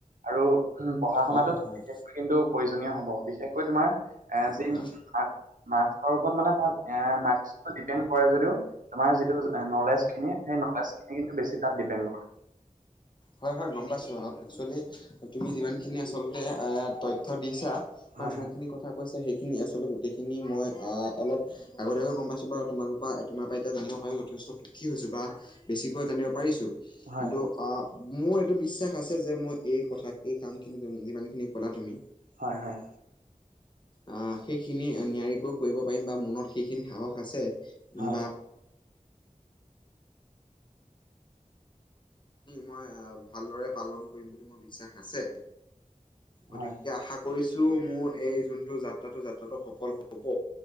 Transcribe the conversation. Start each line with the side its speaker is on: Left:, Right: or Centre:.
Right: আৰু পঢ়া শুনাটো
Left: হয় হয়
Right: বিশষ
Left: হয়
Right: কিন্তু প্ৰয়োজনীয় হব, বিশেষকৈ তোমাৰ এ য়ি।
Left: হয় হয়
Right: মাস্কৰ ওপৰত মানে তাত এ' মাৰ্ক্সটো ডিপেণ্ড কৰে যদিও। তোমাৰ যিটো নলেজ খিনি, সেই নলেজ খিনি বেছি তাত ডিপেণ্ড কৰে।
Left: হয় হয় গম পাইছো, একচুৱেলি তুমি যিমান খিনি আচলতে এ তথ্য দিছা। বা,
Right: হয়
Left: যিমান খিনি কথা কৈছা সেইখিনি আচলতে গোটেইখিনি মই অ অলপ। আগতিয়াকৈ গম পাইছো বাৰু তোমাল তোমাৰ পৰা এতিয়া জানিব পাৰিব যথেষ্ট সুখী হৈছে বা। বেছিকৈ জানিব পাৰিছো,
Right: হয়
Left: কিন্তু আহ। মোৰ এইটো বিশ্বাস আছে যে, মই এই কথাখিনি, এই কামখিনি, যিমানখিনি ক'লা তুমি
Right: হয়-হয়।
Left: আহ, সেইখিনি নিয়াৰিকৈ কৰিব পাৰিম বা মনত সেইখিনি সাহস আছে।
Right: হয়-হয়।
Left: বা মই, ভালদৰে পালন কৰিম বুলি মোৰ বিশ্বাস আছে। গতিকে
Right: হয় হয়
Left: আশা কৰিছো, মোৰ এই যোনটো যাত্ৰাটো-যাত্ৰাটো সফল হ'ব